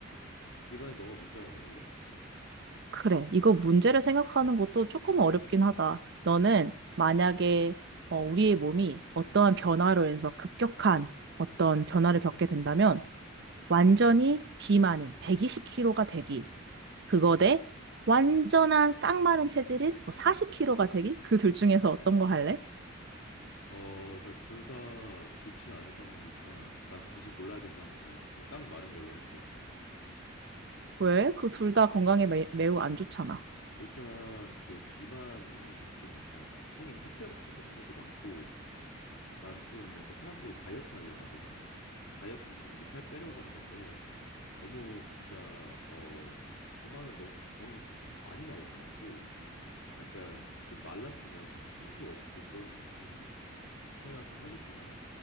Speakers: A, on the left; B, on the right.
A: 이번엔 너가 문제 한번 내볼래?
B: 그래. 이거 문제를 생각하는 것도 조금 어렵긴 하다. 너는 만약에 어, 우리의 몸이 어떠한 변화로 인해서 급격한 어떤 변화를 겪게 된다면 완전히 비만인 120kg가 되기. 그거 대 완전한 깡마른 체질인 40kg가 되기. 그 둘 중에서 어떤 거 할래?
A: 어, 일단 둘 다 좋진 않은 상황이지만 난 굳이 골라야 된다면 난 좀 깡 마른 걸로 할게.
B: 왜? 그 둘 다 건강에 매, 매우 안 좋잖아.
A: 일단 그 비만은 좀 약간 성인 합병증 같은 것도 많고 난 좀 약간 사람들이 다이어트 하려고 하잖아. 다이어트도 좀 이게 살 빼려고 하는 건데 너무 진짜 어 비만은 너무 병이 좀 많이 나올 것 같고 약간 좀 말랐으면 좀 힘도 없고 그런 좀 생활을 좀 하겠지만